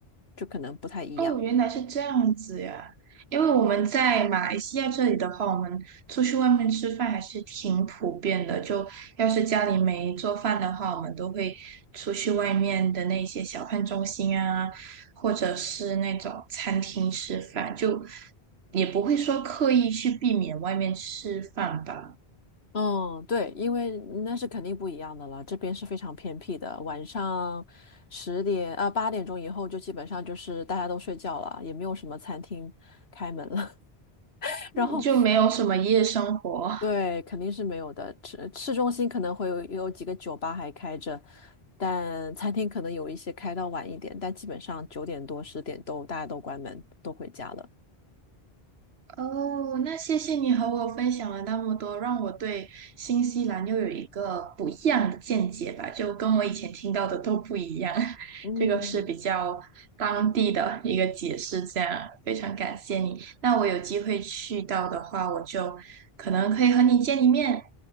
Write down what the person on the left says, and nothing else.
就可能不太一样。
嗯，对，因为那是肯定不一样的了。这边是非常偏僻的，晚上十点啊八点钟以后就基本上就是大家都睡觉了，也没有什么餐厅开门了。<laughs> 然后
对，肯定是没有的。市市中心可能会有有几个酒吧还开着，但餐厅可能有一些开到晚一点，但基本上九点多十点都大家都关门，都回家了。
嗯，